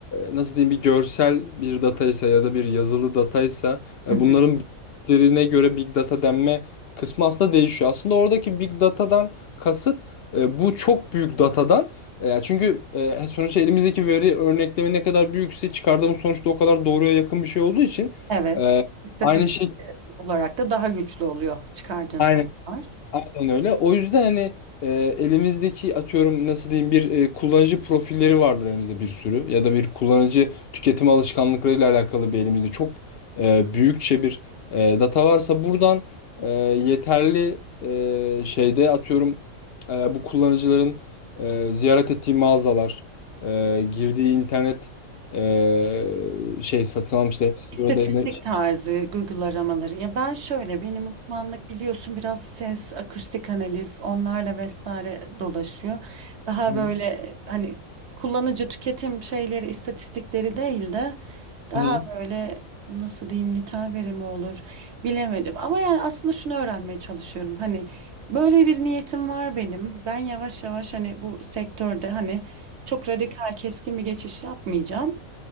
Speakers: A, on the left; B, on the right.
A: nasıl diyeyim bir görsel bir dataysa ya da bir yazılı dataysa e,
B: Hı hı.
A: bunların büyüklüklerine göre big data denme kısmı aslında değişiyor. Aslında oradaki big datadan kasıt e, bu çok büyük datadan e, çünkü e, sonuçta elimizdeki veri örneklemi ne kadar büyükse çıkardığımız sonuçta o kadar doğruya yakın bir şey olduğu için
B: Evet. İstatistik
A: Aynı şey
B: olarak da daha güçlü oluyor çıkardığın
A: aynen,
B: sonuçlar.
A: aynen öyle. O yüzden hani e, elimizdeki atıyorum nasıl diyeyim bir e, kullanıcı profilleri vardır elimizde bir sürü ya da bir kullanıcı tüketim alışkanlıklarıyla alakalı bir elimizde çok e, büyükçe bir e, data varsa buradan e, yeterli e, şeyde atıyorum e, bu kullanıcıların e, ziyaret ettiği mağazalar, e, girdiği internet e, şey satın almıştı hepsi
B: İstatistik
A: burada. Hı
B: tarzı Google aramaları. Ya ben şöyle benim uzmanlık biliyorsun biraz ses, akustik analiz onlarla vesaire dolaşıyor. Daha
A: hı.
B: böyle hani kullanıcı tüketim şeyleri, istatistikleri değil de daha
A: Hı hı.
B: böyle nasıl diyeyim nitel verimi olur bilemedim. Ama yani aslında şunu öğrenmeye çalışıyorum. Hani böyle bir niyetim var benim. Ben yavaş yavaş hani bu sektörde hani çok radikal keskin bir geçiş yapmayacağım.